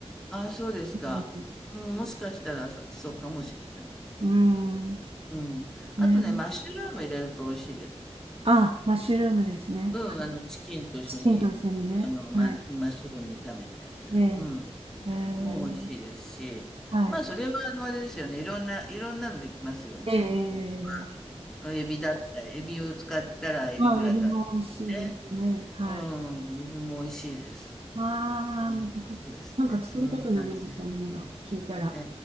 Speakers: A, in the centre; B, on the right.
A: あ、そうですか。
B: うん。
A: うん、もしかしたらそ、そうかもしれないです。
B: うん。う
A: うん。あとね、
B: んね
A: マッシュルーム入れると美味しいです。
B: あ、マッシュルームですね。
A: うん、あの、チキンと一緒に、
B: チキンと一緒にね。
A: あの、ま、
B: はい。
A: マッシュルーム炒めて。
B: で、
A: うん。
B: えー、
A: もう美味しいですし、
B: はい。
A: まあそれはあのあれですよね、いろんな、いろんなのできますよね。
B: えええー、
A: あの、エビだったり、エビを使ったらエビグラタンですしね。
B: まあ、エビも美味しいですね。はい。
A: うん、エビも美味しいです。
B: わあ、
A: そうんそうですね、
B: また、なんか作りたくなりましたね。
A: そんな感じですね。
B: 聞いたら。
A: え